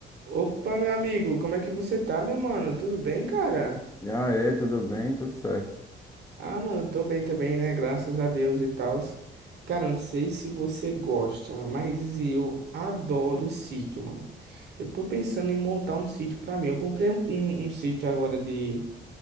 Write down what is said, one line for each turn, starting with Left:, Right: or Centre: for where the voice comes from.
Right: Opa, meu amigo, como é que você tá, meu mano? Tudo bem, cara?
Left: Já é, tudo bem, tudo certo.
Right: Ah, mano, tô bem também, né? Graças a Deus e tal. Cara, não sei se você gosta, mas eu adoro sítio, mano. Eu tô pensando em montar um sítio pra mim. Eu comprei um, um, um sítio agora de